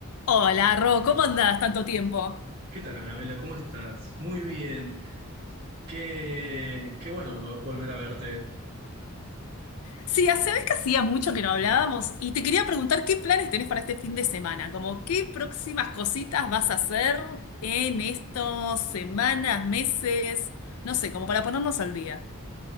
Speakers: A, on the left; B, on the right.
A: Hola, Ro, ¿cómo andás tanto tiempo?
B: ¿Qué tal, Anabela? ¿Cómo estás? Muy bien. Qué, qué bueno vo- volver a verte.
A: Sí, hace vez que hacía mucho que no hablábamos y te quería preguntar qué planes tenés para este fin de semana, como qué próximas cositas vas a hacer en estos semanas, meses, no sé, como para ponernos al día.